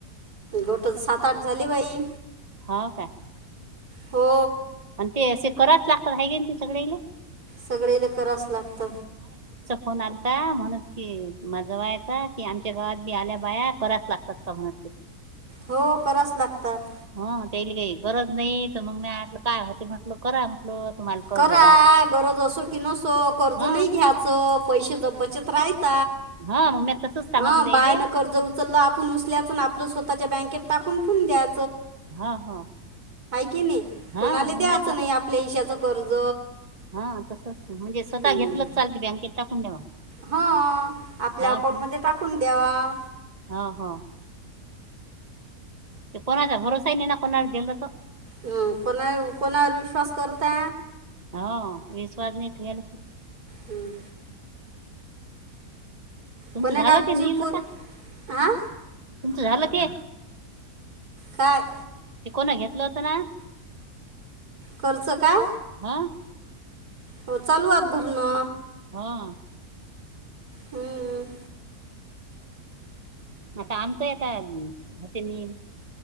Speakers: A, on the right; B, on the right.
A: गोट सात आठ झाली बाई
B: होा का
A: हो
B: आणि ते असे कराच लागतात ह गे ते सगळे ल
A: सगळे ल करास लागत
B: फन आल का म्हणत कि माझा व्हायाचा की आमच्या गावात बी आल्या बाया कराच लागतात का म्हणत ह
A: हो कराच लागतात
B: ह त्याला काही गरज नाही तर मग म आटलं काय होते म्हटल करा म्हटलं तुम्हाला कर्ज
A: करा
B: घ्या
A: गरज असो कि नसो कर्ज
B: हा
A: नाही घ्यायचं पैसे ज बचत राहत
B: हा मग मी तसच सांगितलं
A: हं
B: त्याले
A: बायन कर्ज उचललं आपण उचल्या प आपलं स्व त बँके टाूनून द्या
B: हा हा
A: कि नाही
B: हा
A: कोणाला
B: मग
A: दयचं
B: मी तसच
A: नाही आपल्या हशाच कर्ज
B: हा तसच म्हणजे स्वतः
A: हम्म.
B: घेतलंच चालते बँकेत टाकून देवा
A: हा आपल्या अकाउंटमध्ये
B: <unintelligible>
A: टाकून द्यावा
B: हा हा. ते कोणाचा भरोसानी ना कोणाला गेल त.
A: हम कोणा कोणावर विश्वास करता
B: होा विश्वास नाही ठेल
A: हं.
B: तुमचं
A: कोण्या
B: झालं
A: गावची
B: ते नीललता
A: पूर हा
B: तुमचं झालं ते
A: काय
B: ते कोणा घेतलं होतं ना
A: करचं का
B: हा
A: हो चालू आत भर ना
B: हा
A: हम्म
B: आता आमतोय आता होते नम